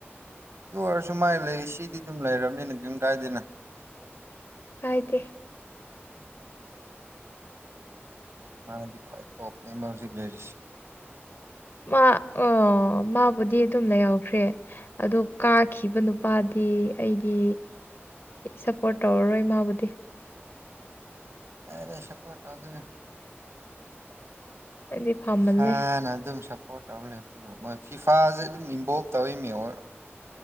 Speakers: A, on the right (about 70°); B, on the left (about 55°).
A: ꯑꯗꯨ ꯑꯣꯏꯔꯁꯨꯃꯥꯏ ꯂꯩ ꯁꯤꯗꯤ ꯑꯗꯨꯝ ꯂꯩꯔꯕꯅꯤ ꯅꯤꯡ ꯀꯔꯤꯝ ꯀꯥꯏꯗꯅ
B: ꯍꯥꯏꯗꯤ
A: ꯃꯥꯗꯤ ꯈ꯭ꯋꯥꯏ ꯇꯣꯞ ꯃꯦꯝꯕ ꯍꯧꯖꯤꯛ ꯂꯩꯔꯤꯁꯤ
B: ꯃꯥ ꯑꯣ ꯃꯥꯕꯨꯗꯤ ꯑꯗꯨꯝ ꯂꯩꯍꯎꯈ꯭ꯔꯦ ꯑꯗꯣ ꯀꯥꯈꯤꯕ ꯅꯨꯄꯥꯗꯤ ꯑꯩꯗꯤ ꯑꯩ ꯁꯞꯄꯣꯔꯠ ꯇꯧꯔꯔꯣꯏ ꯃꯥꯕꯨꯗꯤ
A: ꯑꯦ ꯁꯄꫭꯠ ꯇꯧꯗꯩꯅ‌ꯦ
B: ꯑꯩꯗꯤ ꯐꯥꯃꯜꯂꯦ
A: ꯏꯐꯥꯅ ꯑꯗꯨꯝ ꯁꯞꯄꯣꯔꯠ ꯇꯧꯔꯦ ꯑꯗꯨꯕꯨ ꯃꯣꯏ ꯐꯤꯐꯥꯁꯦ ꯑꯗꯨꯝ ꯏꯝꯕꯣꯞ ꯇꯧꯔꯤꯅꯦ ꯑꯣ